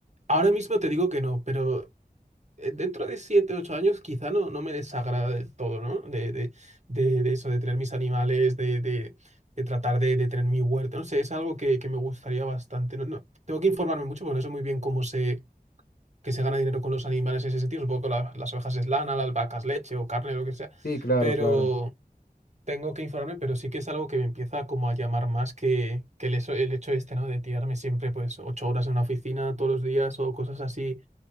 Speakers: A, on the right (about 50°); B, on the left (about 80°).
A: ahora mismo te digo que no, pero eh, dentro de 7 8 años quizá no, no me desagrada del todo, ¿no? De, de, de, de eso, de tener mis animales, de, de, de tratar de, de tener mi huerto. No sé, es algo que, que me gustaría bastante. No, no, tengo que informarme mucho porque no sé muy bien cómo se, que se gana dinero con los animales en ese sentido. Supongo que la- las ovejas es lana, las vacas leche o carne o lo que sea.
B: Sí, claro,
A: Pero
B: claro.
A: tengo que informarme, pero sí que es algo que me empieza como a llamar más que, que el, eso- el hecho este, ¿no? De tirarme siempre pues ocho horas en una oficina todos los días o cosas así,